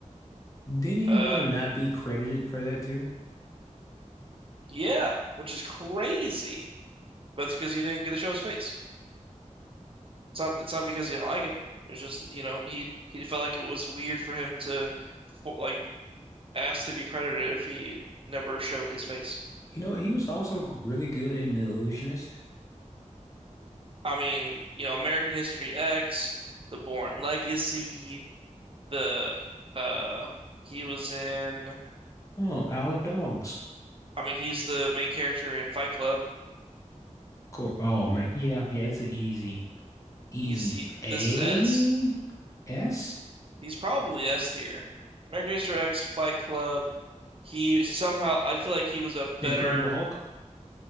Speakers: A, on the left; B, on the right.
A: Didn't he
B: Uh,
A: want to not be credited for that too?
B: yeah, which is crazy, but it's because you didn't get to show his face. It's not it's not because he didn't like it. It's just, you know, he he felt like it was weird for him to for, like ask to be credited if he never showed his face.
A: You know, he was also g- really good in The Illusionist.
B: I mean, you know, American History X, The Bourne Legacy, the uh he was in
A: Oh, Isle of Dogs.
B: I mean, he's the main character in Fight Club.
A: Cool. Oh man. Yeah, yeah, it's an easy, easy
B: He's he,
A: A
B: this is S.
A: S.
B: He's probably S tier. American History X, Fight Club. He somehow I feel like he was a better
A: The Incredible Hulk.